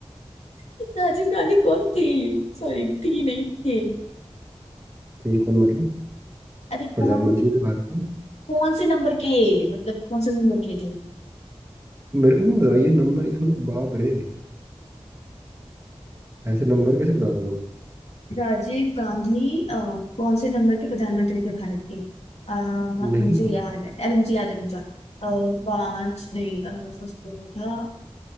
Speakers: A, on the left; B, on the right.
A: <laughs> राजीव गांधी कौन थी सॉरी थी नहीं थे
B: थे कौन मतलब
A: अरे
B: प्रधानमंत्री
A: कौन
B: थे भारत के?
A: कौन से नंबर के मतलब कौन से नंबर के थे
B: मेरे को नहीं पता ये नंबर इतना बाप रे ऐसे नंबर कैसे बता दूंगा
A: राजीव गांधी अ, कौन से नंबर के प्रधानमंत्री थे भारत के आ,
B: मैं
A: मुझे
B: नहीं पता
A: याद है अरे मुझे याद है रुक जा अ, पांच नहीं अ, फर्स्ट पे वो था